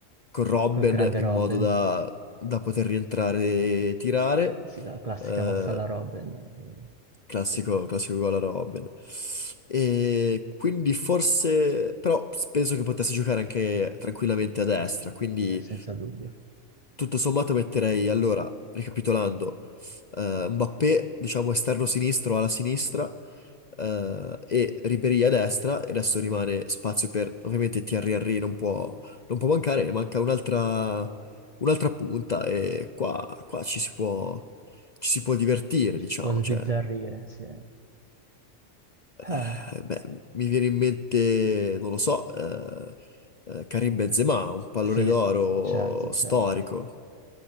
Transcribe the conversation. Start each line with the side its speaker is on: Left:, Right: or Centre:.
Left: con Robben
Right: Col grande
Left: in
Right: Robben,
Left: modo da, da poter rientrare e tirare.
Right: sì, la classica
Left: Eh,
Right: mossa alla Robben, eh,
Left: Classico,
Right: sì, eh,
Left: classico gol a Robin. E quindi forse, però penso che potesse giocare anche tranquillamente a destra, quindi
Right: senza dubbio.
Left: tutto sommato metterei, allora, ricapitolando, eh, Mbappé, diciamo esterno sinistro alla sinistra, eh, e Ribéry a destra, e adesso rimane spazio per, ovviamente Thierry Henry non può, non può mancare, e manca un'altra un'altra punta e qua, qua ci si può, ci si può divertire,
Right: Ci
Left: diciamo,
Right: si può sbizzarrire,
Left: cioè...
Right: sì. Eh,
Left: Eh, Beh, mi viene in mente, non lo so, eh, eh, Karim Benzema, un pallone
Right: sì,
Left: d'oro
Right: certo,
Left: storico.
Right: certo.